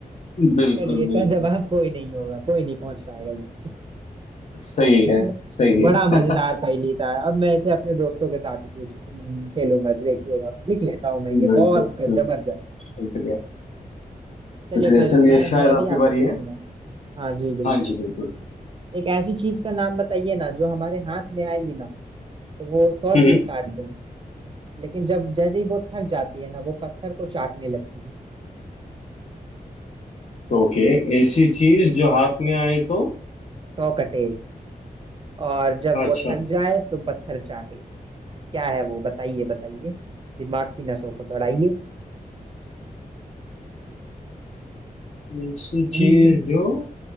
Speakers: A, on the left (about 50°); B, on the right (about 35°).
A: बिल्कुल
B: चलिए इसका
A: बिल्कुल
B: जवाब कोई नहीं होगा कोई नहीं पहुंच पाएगा ये
A: सही है
B: <laughs>
A: सही
B: बड़ा
A: है
B: मजेदार पहेली था अब मैं इसे अपने दोस्तों के साथ ही पूछ खेलूंगा देखिएगा लिख लेता हूँ मैं
A: बिल्कुल
B: ये बहुत
A: बिल्कुल
B: जबरदस्त
A: शुक्रिया
B: चलिए
A: शुक्रिया
B: फिर
A: चलिए
B: मैं
A: शायद
B: मैं भी
A: आपकी
B: आपको
A: बारी
B: पूछूंगा
A: है
B: हाँ जी बिल्कुल
A: हाँ जी बिल्कुल
B: एक ऐसी चीज का नाम बताइए ना जो हमारे हाथ में आएगी ना तो वो सौ
A: हम्म
B: चीज
A: हम्म।
B: काट दें लेकिन जब जैसे ही वो थक जाती है ना वो पत्थर को चाटने लगती है
A: ओके ऐसी चीज जो हाथ में आए तो
B: सौ कटे और जब
A: अच्छा
B: वो थक जाए तो पत्थर चाटे क्या है वो बताइए बताइए दिमाग की नसों को दौड़ाइए
A: ऐसी
B: हिंड
A: चीज जो